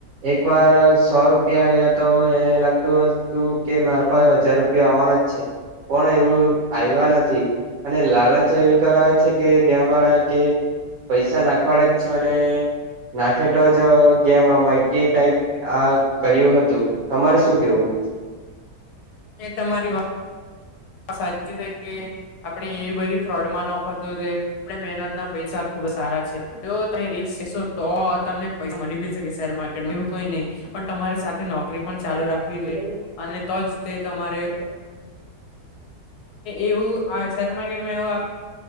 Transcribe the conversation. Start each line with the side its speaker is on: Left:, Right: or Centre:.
Right: એક વાર સો રૂપિયા આવ્યા તો એ લાગતું વસ્તુ કે મારા પાસે હજાર રૂપિયા આવવાના જ છે પણ એવું આવ્યા નથી. અને લાલચ એવી કરાવે છે કે ગેમ વાળા કે પૈસા નાખવાડે જ છો અને નાખે તો જ ગેમ રમાય તે ટાઈપ આ કર્યું હતું તમારે શું કેવું.
Left: એ તમારી વાત સાચી છે કે આપણે એવી બધી ફ્રોડ માં ન ફત છે. આપણે મહેનત ના પૈસા ખુબ સારા છે જો તમે રીચ જસો તો તમને પસા મળી બી શકે શેર માર્કેટમાં એવું કઈ નહી પણ તમારે નોકરી પણ
Right: મારે
Left: ચાલુ
Right: વાત
Left: રાખવી
Right: નથી
Left: જોઈએ
Right: કર
Left: અને તો જ તે તમારે
Right: મા
Left: એવું શેર માકેટમાં હું